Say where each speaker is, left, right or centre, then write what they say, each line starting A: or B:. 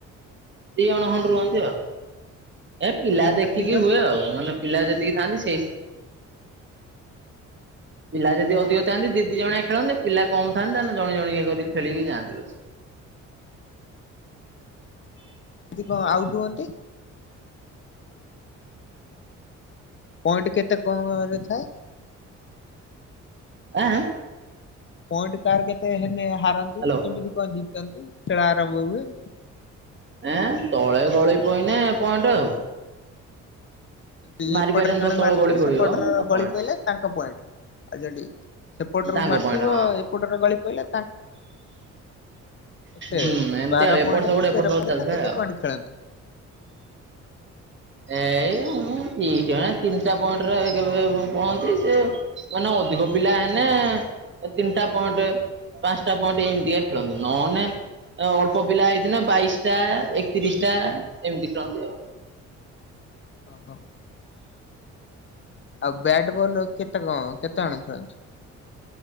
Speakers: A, on the right (about 40°); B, on the left (about 40°).
A: ଦି ଜଣ ଖଣ୍ଡେ ରୁହନ୍ତି ଆଉ। ଏ ପିଲା
B: ଗୋଟେ ପଟରେ
A: ଦେଖିକି
B: ଦି ଜଣ
A: ହୁଏ ଆଉ। ମାନେ ପିଲା ଯେତିକି ଥାଆନ୍ତି ସେଇ ପିଲା ଯଦି ଅଧିକ ଥାନ୍ତି ଦି ଦି ଜଣିଆ ଖେଳନ୍ତି। ପିଲା କମ୍ ଥାନ୍ତି ତାହେଲେ ଜଣେ ଜଣିକିଆ କରିି ଖେିଳିକି ଯାଆନ୍ତି।
B: ଯେତିକ ଆଉଟ୍ ହୁଅନ୍ତି ପଏଣ୍ଟ କେତେ କଣ ରେ ଥାଏ?
A: ଆଁ ଆଁ
B: ପଏଣ୍ଟ କାର କେତେ ହେନେ ହାରନ୍ତି
A: ହାଲୋ
B: କେମିତି କଣ ଜିତନ୍ତି ଖେଳ ଆରମ୍ଭ ହୁଏ।
A: ଏଁ ତଳେ ଗଳି ପଇନେ ଏ ପଏଣ୍ଟ ଆଉ
B: ଇଏ
A: ମାରିପାରିବନି
B: ଏପଟରେ ଜଣେ
A: ଥର ତଳେ
B: ମାରିଥିବ
A: ଗଳି ପଡିବ
B: ସେପଟର
A: ତା
B: ଗଳି
A: ପଏଣ୍ଟ।
B: ପଇଲା। ତାଙ୍କ ପଏଣ୍ଟ ଆଉ ଯଡି ସେପଟରୁ
A: ତାଙ୍କ
B: ମାରିଥିବ
A: ପଏଣ୍ଟ ହଁ
B: ଏପଟରେ ଗଳି ପଇଲା କେତେ
A: ହୁଁ ଏମତି
B: ବାର
A: ଆଉ ଏପଟ
B: ପଏଣ୍ଟ
A: ସେପଟ
B: ନା ତେର
A: ଏପଟ ସେପଟ
B: ପଏଣ୍ଟ
A: ଚାଲି
B: ନା
A: ଥାଏ।
B: କେତେ ପଏଣ୍ଟ ଖେଳନ୍ତି?
A: ଏଇ ଉଁ ଦି ଜଣ ତିନିଟା ପଏଣ୍ଟରେ କେବେ ପଅନ୍ତି ସେ ମାନେ ଅଧିକ ପିଲା ହେନେ ତିନିଟା ପଏଣ୍ଟ। ପାଞ୍ଚଟା ପଏଣ୍ଟ ଏମିତିକା ଖେଳନ୍ତି ନ ହେନେ ଏ ଅଳ୍ପ ପିଲା ହେଇଥିନେ ବାଇଶି ଟା ଏକତିରିଶ ଟା ଏମିତି ଖେଳନ୍ତି ଆଉ।
B: ଓହୋ। ଆଉ ବ୍ୟାଟ୍ ବଲ ରେ କେତେ କଣ କେତେ ଜଣ ଖେଳନ୍ତି?